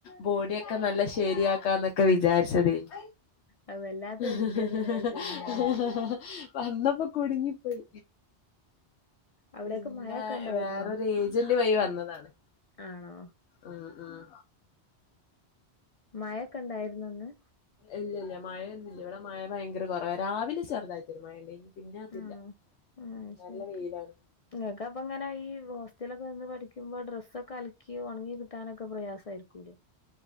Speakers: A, on the left; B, on the left.
A: ബോഡിയൊക്കെ നല്ല ഷേ ശരിയാക്കാ ന്നക്കെ വിചാരിച്ചതേനി.
B: അത് വല്ലാത്ത
A: ഹ്
B: വെജിറ്റേറിയൻ
A: ഹ് ഹ് ഹ് ഹ്
B: ആയി
A: ഹാ ഹാ
B: പോയിണ്ടാവും.
A: ഹാ ഹാ ഹാ വന്നപ്പോ കുടുങ്ങിപ്പോയി
B: അവിടെയൊക്കെ
A: പിന്നെ
B: മഴയൊക്കെ ഉണ്ടായിരുന്നോ?
A: വേറൊരു ഏരി ജല്ലിവയി വന്നതാണ്
B: ആണോ?
A: ആഹ് ആഹ്.
B: മഴക്കണ്ടായിരുന്നോ ന്ന്?
A: ഇല്ലല്ല്യാ മഴയൊന്നുല്ല്യ ഇവിടെ മഴ ഭയങ്കര കൊറവ രാവിലെ ചെറുതായിറ്റൊരു മഴണ്ടേനി. പിന്നെ അതില്ല
B: ആണോ ആ
A: ഉം നല്ല
B: ശരി
A: വെയിലാണ്
B: ങ്ങക്ക് അപ്പ ങ്ങനെ ഈ വോ റ്റ്ലൊക്കെ നിന്ന് പഠിക്ക്മ്പോ ഡ്രസ്സൊക്കെ അലക്കി ഒൺങ്ങി കിട്ടാനൊക്കെ പ്രയാസ ആയിരിക്കൂലേ?